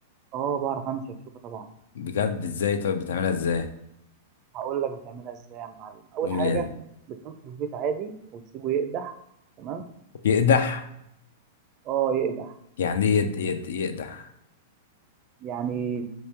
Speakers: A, on the right; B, on the left.
A: اه بعرف اعمل شكشوكة طبعا
B: بجد ازاي طيب بتعملها ازاي
A: هقول لك بتعملها ازاي يا معلم اول
B: قول
A: حاجة
B: يا زلمة.
A: بتحطه في الزيت عادي وتسيبه يقدح تمام
B: يقدح
A: اه يقدح
B: يعني ايه يد... يد... يقدح
A: يعني